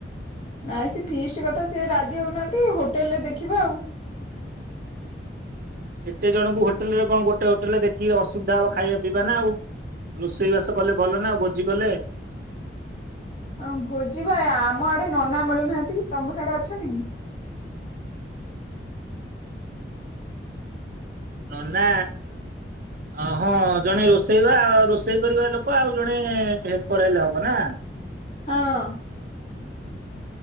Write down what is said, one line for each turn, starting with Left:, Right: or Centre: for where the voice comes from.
Left: ନାଇଁ ସେ ଫିଷ୍ଟ କଥା ସେ ରାଜି ହଉନାହାନ୍ତି। ହୋଟେଲ ରେ ଦେଖିବା ଆଉ।
Right: କେତେ ଜଣଙ୍କୁ ହୋଟେଲ ରେ କଣ ଗୋଟେ ହୋଟେଲରେ ଦେଖି ଅସୁବିଧା ହବ ଖାଇବା ପିଇବା ନା ଆଉ। ରୋଷେଇ ବାସ କଲେ ଭଲ ନା ଭୋଜି କଲେ।
Left: ହଁ ଭୋଜି ବା ଆମ ଆଡେ ନନା ମିଳୁନାହାନ୍ତି ତମ ସାଡେ ଅଛନ୍ତି କି?
Right: <inaudible> ନନା ଅ ହଁ ଜଣେ ରୋଷେଇବା ରୋଷେଇ କରିବା ଲୋକ ଆଉ ଜଣେ ହେଲପର ହେଲେ ହବ ନା।
Left: ହଁ।